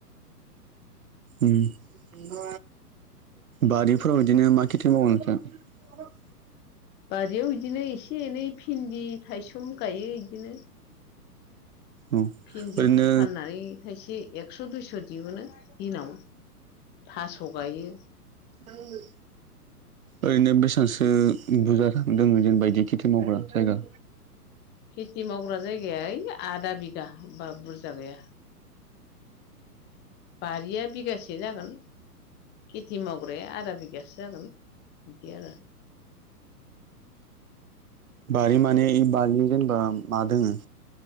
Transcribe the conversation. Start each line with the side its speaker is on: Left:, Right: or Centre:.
Right: उम। बारिफोराव बिदिनो मा खेथि मावो नोंसोर।
Left: बारियाव बिदिनो एसे एनै भिन्दि थाइसोम गायो इदिनो।
Right: औ
Left: भिन्दिफोर
Right: ओरैनो
Left: फाननानै थायसे एक्स' दुइस' दिहुननो दिनाव थास' गायो।
Right: औ। ओरैनो बेसेबांसो बुरजा दङ जेनेबा इदि खेथि मावग्रा जायगा।
Left: खेथि मावग्रा जायगाया ओइ आधा बिगा बुरजा गैया। बारिया बिगासे जागोन खेथि मावग्राया आदा बिगासो जागोन। बिदि आरो।
Right: बारि माने बारियाव जेनेबा मा दोङो।